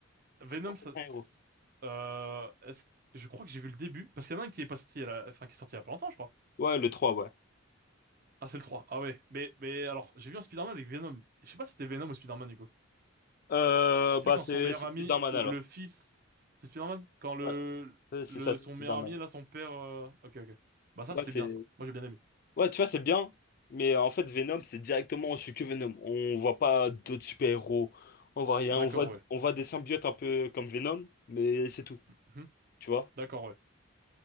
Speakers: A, on the right; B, on the left.
A: Venom,
B: sans
A: ça...
B: être un
A: c'est-
B: héros.
A: Euh, est-ce... Je crois que j'ai vu le début. Parce qu'il y en a un qui est pas sorti, à la- enfin, qui est sorti il y a pas longtemps, je crois.
B: Ouais, le 3 ouais.
A: Ah, c'est le trois Ah ouais. Mais, mais alors, j'ai vu un Spider-Man avec Venom. Je sais pas si c'était Venom ou Spider-Man, Hugo.
B: Euh, bah
A: Tu sais, quand
B: c'est
A: son meilleur
B: c'est
A: ami
B: Spider-Man
A: ou
B: alors.
A: le fils... C'est Spider-Man? Quand le...
B: Ouais, c'est c'est
A: le...
B: ça, c'est
A: Son
B: Spider-Man.
A: meilleur ami, là, son père... euh, Ok, ok. Bah ça,
B: Ouais,
A: c'est
B: c'est
A: bien, ça. Moi, j'ai bien aimé.
B: ouais, tu vois, c'est bien, mais en fait Venom, c'est directement je suis que Venom. On voit pas d'autres super-héros. On voit rien,
A: D'accord,
B: on voit
A: ouais.
B: on voit des symbiotes un peu comme Venom, mais c'est tout,
A: Mhm.
B: tu vois.
A: D'accord, ouais.